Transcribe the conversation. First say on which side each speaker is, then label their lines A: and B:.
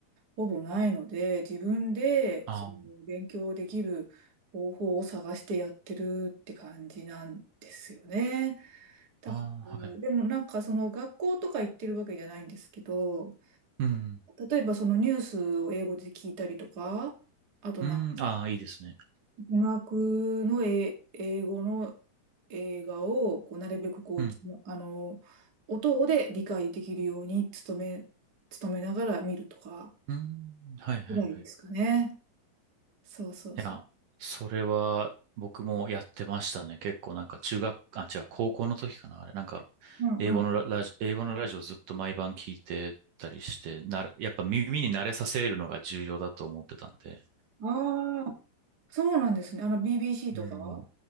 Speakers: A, on the right; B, on the right.
A: ほぼないので、自分でその勉強できる方法を探してやってるって感じなんですよね。
B: あ
A: だから、
B: あ、はい。
A: でもなんかその学校とか行ってるわけじゃないんですけど、
B: うん。
A: 例えばそのニュースを英語で聞いたりとか、あとなんか
B: うん。ああ、いいですね。
A: 字幕のえ英語の映画をこうなるべくこう、
B: うん。
A: あの、音で理解できるように努め、努めながら見るとか
B: うん。はい、はい、
A: ぐらいですかね。
B: はい。
A: そうそうそう。
B: いや、それは僕もやってましたね。結構なんか中学、あ、違う、高校の時かな、あれ。なんか、
A: うんう
B: 英語のラ、ラジ、英語のラジオずっと毎晩聞いてたりして、な、やっぱ耳に慣れさせるのが重要だと思ってたんで。
A: ん。ああ、そうなんですね。あの BBC とか
B: うん。